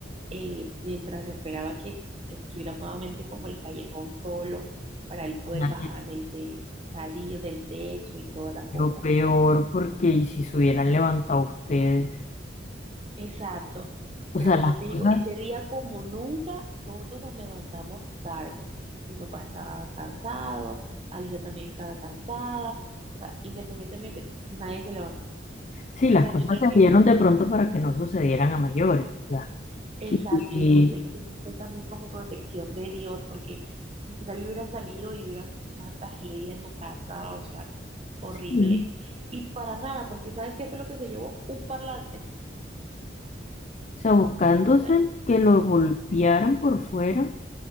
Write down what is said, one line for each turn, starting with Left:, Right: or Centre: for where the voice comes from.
Right: eh, mientras esperaba que estuviera nuevamente como el callejón solo para él poder
Left: Imagínate,
Right: bajar del, del salillo del techo y toda la cosa
Left: Lo peor, porque ¿y si se hubieran levantado ustedes,
Right: Exacto,
Left: o
Right: pero
Left: sea,
Right: como
Left: las
Right: te
Left: cosas,
Right: digo, ese día como nunca, todos nos levantamos tarde. Mi papá estaba cansado, Alicia también estaba cansada, o sea, independientemente, nadie se levantó. O
Left: sí, las
Right: sea,
Left: cosas
Right: yo creo
Left: se
Right: que,
Left: dieron de pronto para que no sucedieran a mayores, o sea,
Right: exacto,
Left: que, que-
Right: yo digo que, que eso fue también como protección de Dios, porque si tal hubiera salido y hubiera una tragedia en la casa, o sea, horrible.
Left: sí,
Right: Y para nada, porque ¿sabes qué fue lo que se llevó? Un parlante.
Left: o sea, buscándose
Right: O sea,
Left: que lo golpearan por fuera,